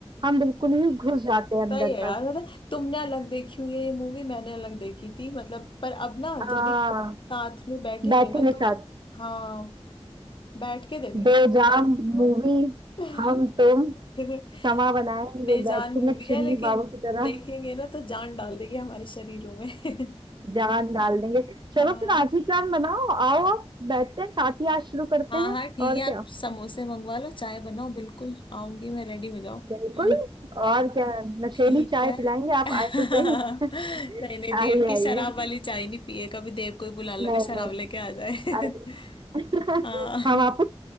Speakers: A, on the right; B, on the left.
A: हम बिल्कुल ही घुस जाते हैं अंदर
B: सही है यार
A: तक
B: मतलब तुमने अलग देखी हुई है ये मूवी मैंने अलग देखी थी मतलब पर अब ना
A: हाँ
B: जब भी साथ में बैठेंगे
A: बैठेंगे
B: ना तो
A: साथ
B: हाँ बैठ के देखेंगे
A: दो
B: इसको
A: जाम मूवी
B: <laughs>
A: हम तुम समा बनाएंगे
B: बेजान
A: बैठेंगे
B: मूवी
A: चुन्नी
B: है लेकिन
A: बाबू की तरह
B: देखेंगे ना तो जान डाल देगी हमारे शरीरों में <laughs>
A: जान डाल देंगे चलो
B: हाँ
A: फिर आज ही प्लान बनाओ आओ आप बैठते हैं साथ ही आज शुरू करते
B: हाँ
A: हैं
B: हाँ ठीक
A: और
B: है
A: क्या
B: आप समोसे मंगवा लो चाय बनाओ बिल्कुल आऊंगी मैं रेडी हो जाओ
A: बिल्कुल
B: <laughs>
A: और क्या नशेली
B: ठीक
A: चाय
B: है
A: पिलाएंगे आप
B: <laughs> नहीं
A: आए तो सही <laughs>
B: नहीं देव
A: आइए
B: की
A: आइए
B: शराब वाली चाय नहीं पिए कभी देव को ही बुला लो
A: नहीं
B: कि शराब
A: नहीं
B: लेके आ जाए <laughs>
A: अरे <laughs>
B: हाँ
A: हम आपको